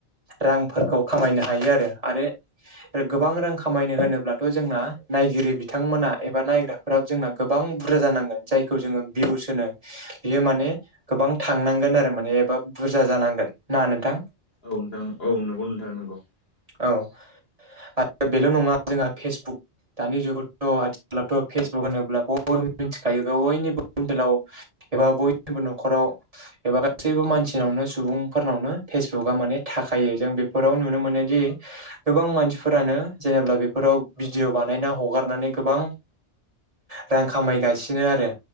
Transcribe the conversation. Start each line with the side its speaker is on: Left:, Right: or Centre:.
Right: रांफोरखौ खामायनो हायो आरो आरो गोबां रां खामायनो होनोब्लाथ' जोंना नायगिरि बिथांमोना एबा नायग्राफोराबो जोंना गोबां गोबां बुरजा जानांगोन जायखौ जोङो भिउस होनो बियो माने गोबां थांनांगोन आरो माने एबा बुरजा जानांगोन ना नोंथां
Left: औ नोंथां औ नंगौ नोंथां नंगौ <inaudible>
Right: औ आरो बेल' नङा जोंहा फेसबुक दानि जुगावथ' आथिखलावथ' फेसबुक होनोब्ला बयबो मिथिखायो बयनिबो मबाइलाव एबा बयनिबो न'खराव एबा गासैबो मानसिनावनो सुबुंफोरनावनो फेसबुकआ माने था थाखायो जों बेफोराव नुनो मोनोदि गोबां मानसिफोरानो जेनेबा बेफोराव भिडिअ बानाय हगारनानै गोबां रां खामायगासिनो आरो